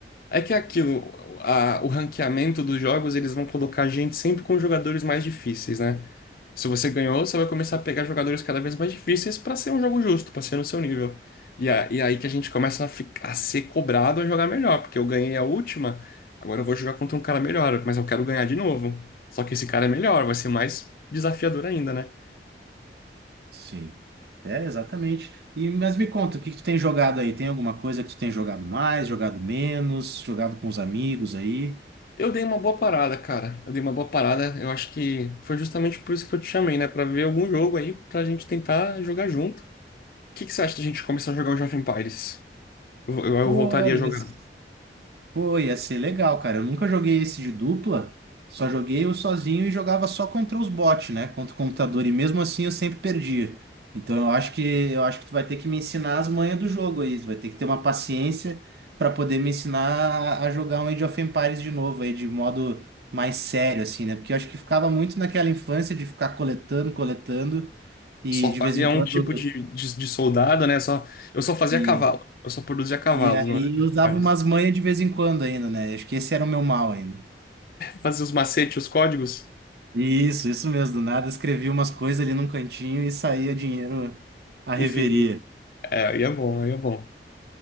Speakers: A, on the left; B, on the right.
A: É que é aquilo, a- o ranqueamento dos jogos, eles vão colocar a gente sempre com jogadores mais difíceis, né? Se você ganhou, você vai começar a pegar jogadores cada vez mais difíceis para ser um jogo justo, para ser no seu nível. E, a- e aí que a gente começa a, fi- a ser cobrado a jogar melhor, porque eu ganhei a última, agora eu vou jogar contra um cara melhor, mas eu quero ganhar de novo. Só que esse cara é melhor, vai ser mais desafiador ainda, né?
B: Sim. É, exatamente. E, mas me conta, o que que tu tem jogado aí? Tem alguma coisa que tu tem jogado mais, jogado menos, jogado com os amigos aí?
A: Eu dei uma boa parada, cara. Eu dei uma boa parada. Eu acho que foi justamente por isso que eu te chamei, né? Pra ver algum jogo aí, pra gente tentar jogar junto. que que você acha da gente começar a jogar o Age of Empires? Eu, eu, eu
B: Pô,
A: voltaria
B: isso.
A: a jogar.
B: Pô, ia ser legal, cara. Eu nunca joguei esse de dupla, só joguei eu sozinho e jogava só contra os bots, né? Contra o computador. E mesmo assim eu sempre perdia. Então eu acho que eu acho que tu vai ter que me ensinar as manhas do jogo aí. Tu vai ter que ter uma paciência pra poder me ensinar a a jogar um Age of Empires de novo aí, de modo mais sério, assim, né? Porque eu acho que ficava muito naquela infância de ficar coletando, coletando, e
A: Só
B: de
A: fazia
B: vez em quando.
A: um tipo de, de, de soldado, né? Só, eu só fazia
B: E,
A: cavalo. Eu só produzia cavalo
B: e aí
A: no Age of
B: eu usava
A: Empires.
B: umas manhas de vez em quando ainda, né? Acho que esse era o meu mal ainda.
A: Fazia os macetes, os códigos.
B: Isso, isso mesmo. Do nada escrevi umas coisas ali num cantinho e saía dinheiro à
A: Enfim,
B: reveria.
A: é, aí é bom, aí é bom.